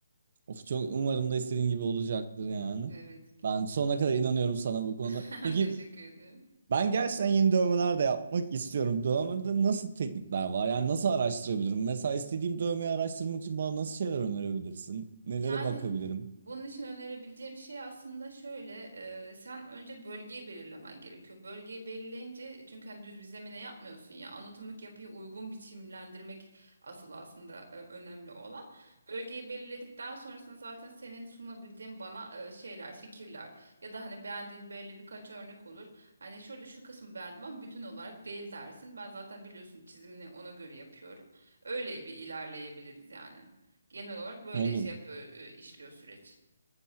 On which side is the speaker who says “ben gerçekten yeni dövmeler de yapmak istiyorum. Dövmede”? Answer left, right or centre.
Right